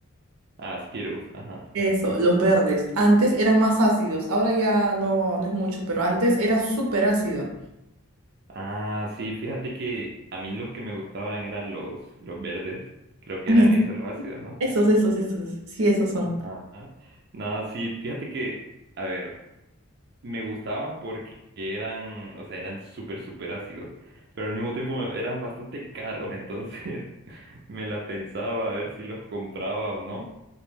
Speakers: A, on the right (about 50°); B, on the right (about 80°).
A: Ah, Skittles, ajá.
B: Eso, los verdes. Antes eran más ácidos, ahora ya no, no es mucho, pero antes era súper ácido.
A: Ah, sí, fíjate que a mí los que me gustaban eran los, los verdes. Creo que
B: Ay,
A: eran esos, los ácidos, ¿no?
B: esos, esos, esos, esos. Sí, esos son.
A: Ajá. Nada, sí, fíjate que, a ver, me gustaban porque eran, o sea, eran súper, súper ácidos, pero al mismo tiempo eran bastante caros, entonces <laughs> me la pensaba a ver si los compraba o no.